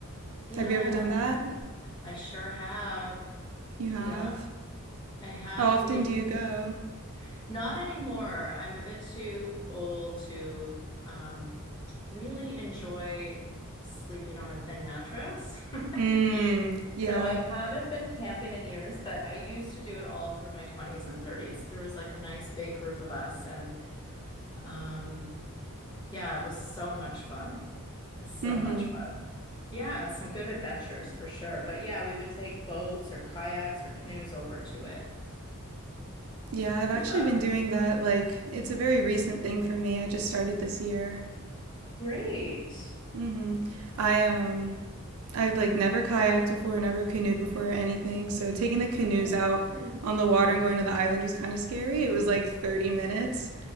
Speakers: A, on the left; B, on the right.
A: Yeah,
B: Have you ever done that?
A: I sure have.
B: You have?
A: Yep, I have.
B: How often
A: We used
B: do you go?
A: to. Not anymore. I'm a bit too old to um, really enjoy sleeping on a thin mattress. <laughs>
B: Mm, yeah.
A: So I haven't been camping in years, but I used to do it all through my 20s and 30s. There was like a nice big group of us, and um, yeah, it was so much fun. So
B: Mm-hmm.
A: much fun. Yeah, some good adventures for sure. But yeah, we would take boats or kayaks or canoes over to it.
B: Yeah, I've
A: Yeah,
B: actually been doing that. Like, it's a very recent thing for me. I just started this year.
A: great.
B: hmm I um, I've like never kayaked before, never canoed before or anything. So taking the canoes
A: Oh.
B: out on the water and going to the island was kind of scary. It was like 30 minutes.